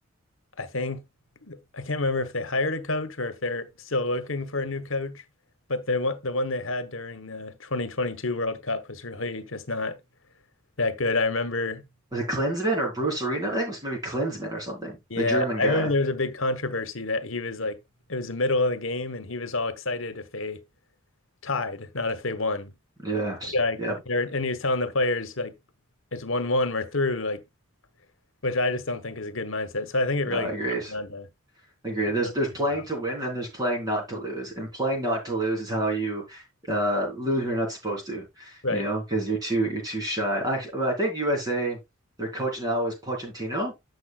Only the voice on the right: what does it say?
Was it Klinsmann or Bruce Arena? I think it was maybe Klinsmann or something,
the German guy.
Yeah.
Yep.
No,
I
agreed.
I agree.
There's
there's playing
to win and there's playing not to lose. And playing not to lose is how you uh lose when you're not supposed to,
you know, because you're too you're too shy. I, I think USA, their coach now is Pochettino.